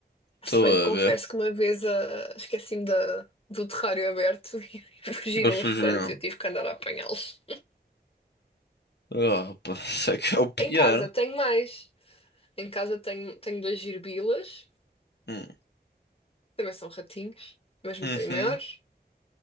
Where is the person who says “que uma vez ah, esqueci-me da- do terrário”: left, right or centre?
Left